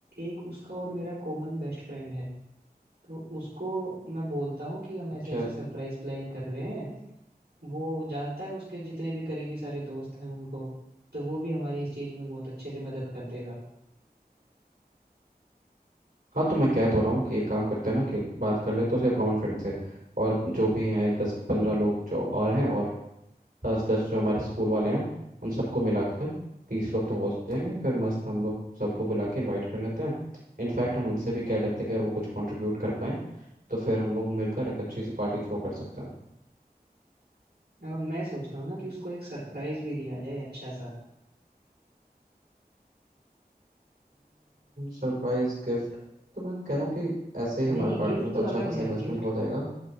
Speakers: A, on the right (about 75°); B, on the right (about 60°).
A: एक उसका और मेरा कॉमन बेस्ट फ्रेंड है तो उसको मैं बोलता हूँ कि हम
B: अच्छा
A: ऐसे ऐसे सरप्राइज प्लान कर रहे हैं वो जानता है उसके जितने भी करीबी सारे दोस्त हैं उनको तो वो भी हमारी इस चीज में बहुत अच्छे से मदद कर देगा
B: हाँ तो मैं कह तो रहा हूँ कि एक काम करते हैं ना कि बात कर लेते हैं उसके कॉमन फ्रेंड से और जो भी हैं दस पंद्रह लोग जो और हैं और दस दस जो हमारे स्कूल वाले हैं उन सबको मिलाकर तीस लोग तो हो जाएंगे फिर मस्त हम लोग सबको बुला के इनवाइट कर लेते हैं इनफैक्ट हम उनसे भी कह लेते हैं कि अगर वो कुछ कंट्रीब्यूट कर पाए तो फिर हम लोग मिलकर एक अच्छी सी पार्टी थ्रो कर सकते हैं
A: और मैं सोच रहा हूँ ना कि उसको एक सरप्राइज भी दिया जाए अच्छा सा
B: सरप्राइज गिफ्ट तो मैं कह रहा हूँ कि ऐसे ही हमारा
A: नहीं
B: पार्टी
A: गिफ्ट
B: में तो
A: तो
B: अच्छा
A: अलग
B: खासा
A: है
B: इन्वेस्टमेंट
A: गिफ्ट
B: हो जाएगा